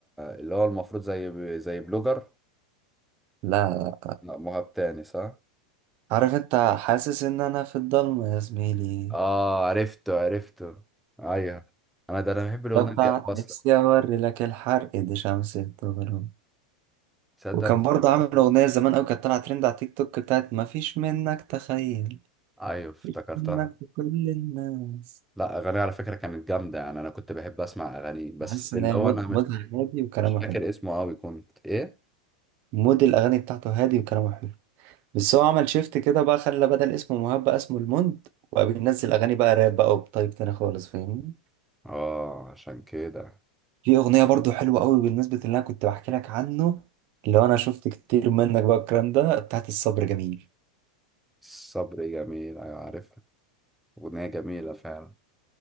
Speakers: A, in the centre; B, on the right.
A: اللي هو المفروض زي زي بلوجر
B: لا لا.
A: لا مهاب تاني صح
B: عارف انت حاسس ان انا في الضلمة يا زميلي
A: اه عرفته عرفته ايوه انا ده انا بحب الاغنيه
B: ده بتاع
A: دي أوي اصلا
B: نفسي أوري لك الحرق دي شمس بتغرب
A: تصدق
B: وكان برضه عامل أغنية زمان أوي كانت طالعة ترند على تيك توك بتاعت مفيش منك تخيل
A: ايوه افتكرتها
B: مفيش منك في كل الناس
A: لا اغاني على فكره كانت جامده يعني انا كنت بحب اسمع اغاني بس
B: بحس إن
A: اللي
B: هي
A: هو
B: مود
A: انا مش
B: مودها هادي وكلامه
A: مش فاكر
B: حلو
A: اسمه قوي كنت ايه
B: مود الأغاني بتاعته هادي وكلامه حلو بس هو عمل شيفت كده بقى خلى بدل اسمه مهاب بقى اسمه الموند وبقى بينزل أغاني بقى راب بقى وبطيب تاني خالص فاهمني
A: اه عشان كده
B: في أغنية برضه حلوة أوي بالنسبة اللي أنا كنت بحكي لك عنه اللي هو أنا شفت كتير منك بقى الكلام ده بتاعت الصبر جميل
A: الصبر جميل ايوه عارفها اغنية جميلة فعلا